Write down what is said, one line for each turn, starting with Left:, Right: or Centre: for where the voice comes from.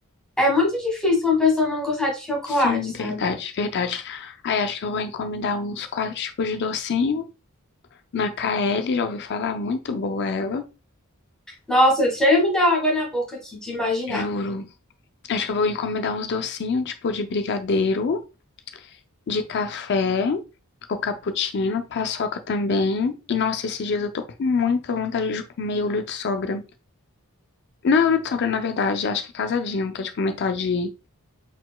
Centre: É muito difícil uma pessoa não gostar de chocolate,
Left: Sim,
Centre: sabe?
Left: verdade, verdade. Aí acho que eu vou encomendar uns quatro tipos de docinho na KL. Já ouvi falar, muito boa ela.
Centre: Nossa, chega a me dar água na boca aqui de imaginar.
Left: Juro. Acho que eu vou encomendar uns docinhos, tipo de brigadeiro, de café, ou cappuccino, paçoca também. E nossa, esses dias eu tô com muita vontade de comer olho de sogra. Não é olho de sogra, na verdade, acho que é casadinho, que é tipo metade,